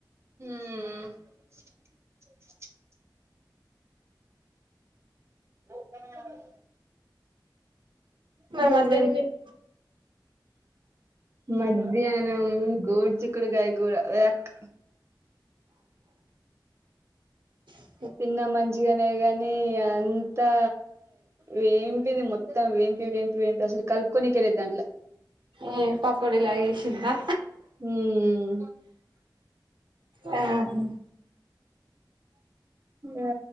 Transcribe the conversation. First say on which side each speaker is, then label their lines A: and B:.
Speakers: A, on the right; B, on the right.
A: మ్ మ్ ఉప్పన్న తాగాలె ఇంకేంది
B: మరి మధ్యాహ్నం
A: మరి ధ్యాహ్నం గోడ్ చిక్కుడుకాయ కూర వ్యాక్
B: ఆ
A: తిన్న మంచిగనే గన్ నీ అంతా వేంపిది మొత్తం వేంపి వేం వేంపి అసల్ కల్పుకోనికే లేద్ దాంట్ల
B: ఏ పకోడిలా ఏషిందా
A: మ్మ్
B: యా హ్
A: ఆ